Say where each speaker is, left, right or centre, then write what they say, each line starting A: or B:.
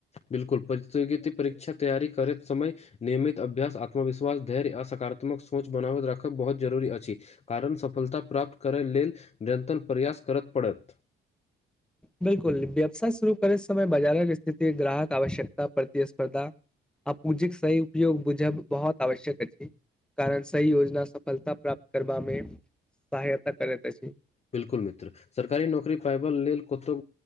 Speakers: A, on the left (about 35°); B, in the centre.
A: बिल्कुल प्रतियोगिकी परीक्षा तैयार करैत समय नियमित अभ्यास आत्मवश्वास धैर्य आ सकारात्मक सोच बनाबैत राखब बहुत जरूरी अछि कारण सफलता प्राप्त करय लेल निरंतर प्रयास करत पड़त
B: बिलकुल व्यवसाय शुरू करैत समय बाजारक स्थिति ग्राहक आवश्यकता प्रतिस्पर्धा आ पूँजीके सही उपयोग बुझब बहुत आवश्यक अछि कारण सी योजना सफलता प्राप्त करबामे सहायता करैत अछि
A: बिलकुल मित्र सरकारी नौकरी पायब लेल कतो